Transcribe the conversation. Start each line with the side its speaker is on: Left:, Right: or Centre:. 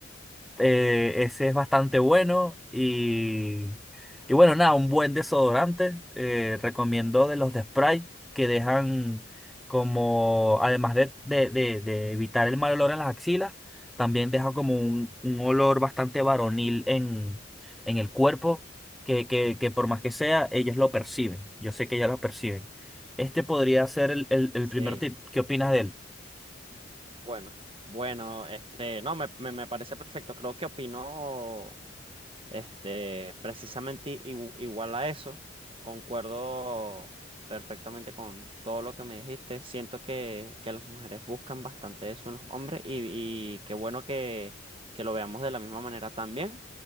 Centre: eh, ese es bastante bueno y, y bueno, nada, un buen desodorante. Eh, recomiendo de los de spray que dejan como, además de, de, de- de evitar el mal olor en las axilas, también deja como un, un olor bastante varonil en, en el cuerpo, que, que, que por más que sea, ellas lo perciben. Yo sé que ellas lo perciben. Este podría ser el, el, el
Right: Sí,
Centre: primer tip. ¿Qué opinas de él?
Right: bueno. Bueno, este, no, me, me, me parece perfecto. Creo que opino. Este, precisamente igu- igual a eso, concuerdo perfectamente con todo lo que me dijiste. Siento que, que las mujeres buscan bastante eso en los hombres y, y qué bueno que, que lo veamos de la misma manera también.